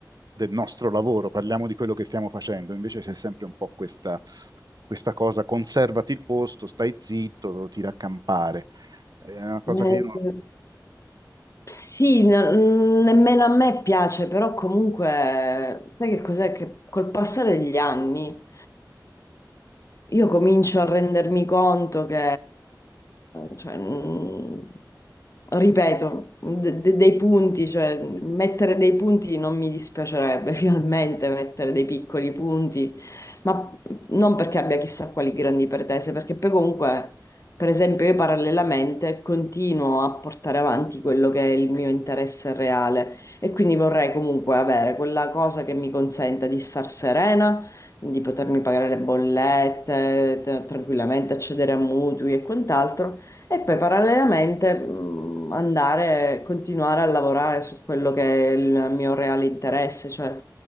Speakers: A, on the right; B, on the left.
A: del nostro lavoro, parliamo di quello che stiamo facendo, invece c'è sempre un po' questa, questa cosa, conservati il posto, stai zitto, tira a campare. È una cosa
B: Eh,
A: che io non...
B: Sì, ne- nemmeno a me piace, però comunque sai che cos'è? Che col passare degli anni io comincio a rendermi conto che, cioè, mm, ripeto, de- de- dei punti, cioè mettere dei punti non mi dispiacerebbe, <laughs> finalmente mettere dei piccoli punti, ma non perché abbia chissà quali grandi pretese, perché poi comunque, per esempio, io parallelamente continuo a portare avanti quello che è il mio interesse reale e quindi vorrei comunque avere quella cosa che mi consenta di star serena di potermi pagare le bollette, t- tranquillamente accedere a mutui e quant'altro, e poi parallelamente mh, andare, continuare a lavorare su quello che è il mio reale interesse, cioè,